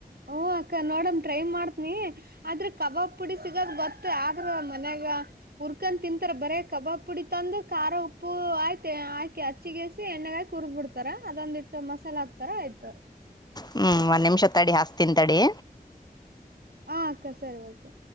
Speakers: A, on the right; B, on the left.
A: ಹ ಅಕ್ಕ ನೋಡಮ ಟ್ರೈ ಮಾಡ್ತನಿ ಆದ್ರ ಕಬಾಬ್ ಪುಡಿ ಸಿಗದ ಗೊತ್ತ ಆದ್ರ ಮನ್ಯಾಗ ಹುರ್ಕೊಂದ ತಿಂತಾರೆ ಬರೆ ಕಬಾಬ್ ಪುಡಿ ತಂದು ಖಾರ ಉಪ್ಪು ಆಯ್ತೆ ಆಯ್ಕಿ ಆ ಚಿಗೇಸಿ ಎಣ್ಣೆಗಾಯಿ ಹುರ್ದ್ ಬಿಡ್ತಾರ ಅದೊಂದಿಟ್ಟ ಮಸಾಲೆ ಹಾಕ್ತಾರ ಆಯ್ತು
B: ಹ್ಮ್ ಒಂದ್ ನಿಮಿಷ ತಡಿ ಹಚ್ತಿನ ತಡಿ
A: ಹ ಅಕ್ಕ ಸರಿ ಓಕೆ.